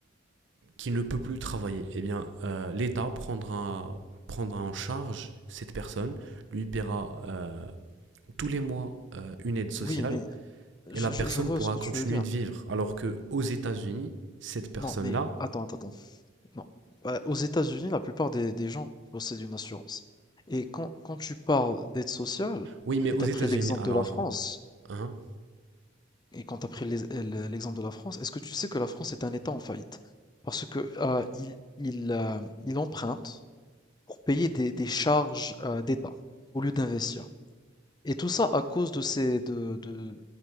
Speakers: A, on the right; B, on the left.
A: qui ne peut plus travailler. Eh bien, euh, l'État prendra, prendra en charge cette personne, lui paiera euh, tous les mois euh, une aide sociale
B: Oui, mais je,
A: et la personne
B: je- je vois
A: pourra
B: ce que
A: continuer
B: tu veux dire.
A: de vivre. Alors que aux États-Unis, cette personne-là,
B: Non, mais attends, attends, attends. Non. Euh, aux États-Unis, la plupart des, des gens possèdent une assurance. Et quand, quand tu parles d'aide sociale,
A: oui, mais
B: et
A: aux
B: t'as
A: États-Unis,
B: pris l'exemple
A: alors
B: de la
A: attends,
B: France,
A: hein
B: et quand t'as pris les- le- l'exemple de la France, est-ce que tu sais que la France est un État en faillite? Parce que euh, il, il, euh, il emprunte pour payer des, des charges euh, d'État au lieu d'investir. Et tout ça à cause de ces, de, de-